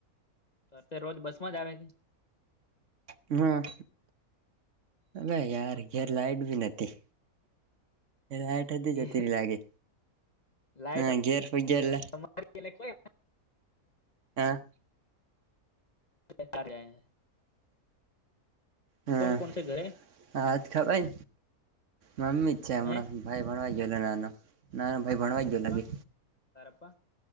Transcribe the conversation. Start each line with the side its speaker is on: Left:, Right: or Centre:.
Left: તો રોજ બસ માં જ આવે છે,
Right: હમ્મ અને યાર ઘેર લાઈટ બી નથી. લાઈટ ઠધી
Left: કે
Right: જતીરી લાગે
Left: લાઈટ
Right: હ ઘેર <unintelligible>
Left: <unintelligible>
Right: <unintelligible>
Left: <unintelligible>
Right: હા
Left: કોણ કોણ છે ઘરે
Right: હાથ ખવાઈ મમ્મી છે, હમણાં
Left: હે
Right: ભાઈ ભણવા ગયો નાનો નાનો ભાઈ ભણવા
Left: અને
Right: ગયો
Left: તારા
Right: લાગે
Left: તારા પપ્પા